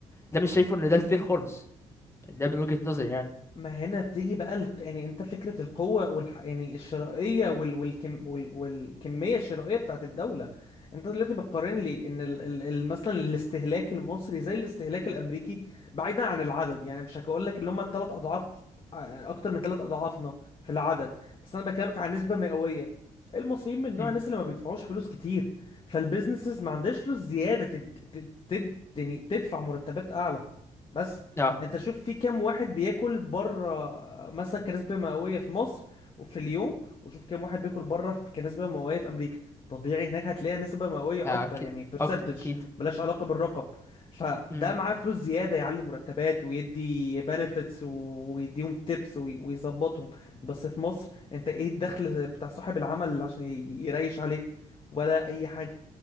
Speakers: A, on the left (about 20°); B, on the left (about 40°).
A: ده مش شايفه ان ده الفير خالص ده من وجهة نظري يعني
B: ما هنا بتيجي بقى الق... يعني انت فكرة القوة والح... يعني الشرائية وال... والكم... وال... والكمية الشرائية بتاعت الدولة انت دلوقتي بتقارن لي ان ال... ال... ال- مثلا الاستهلاك المصري زي الاستهلاك الامريكي بعيدا عن العدد يعني مش هقول لك اللي هم الثلاث اضعاف ع- اكتر من ثلاث اضعافنا في العدد بس انا بكلمك عن نسبة مئوية المصريين من نوع
A: امم
B: الناس اللي ما بيدفعوش فلوس كتير فالبيزنسز ما عندهاش فلوس زيادة تد... تد... تد... يعني تدفع مرتبات اعلى بس
A: اه
B: انت شوف في كام واحد بياكل بره مثلا كنسبة مئوية في مصر وفي اليوم وشوف كام واحد بياكل بره في كنسبة مئوية في امريكا طبيعي هناك هتلاقي نسبة مئوية
A: اكيد
B: اكتر يعني برسنتج
A: اكتر اكيد
B: ملهاش علاقة بالرقم فده
A: امم
B: معاه فلوس زيادة يعلي مرتبات ويدي بنفيتس ويديهم تيبس ويظبطهم بس في مصر انت ايه الدخل بتاع صاحب العمل عشان ي- يريش عليك ولا اي حاجة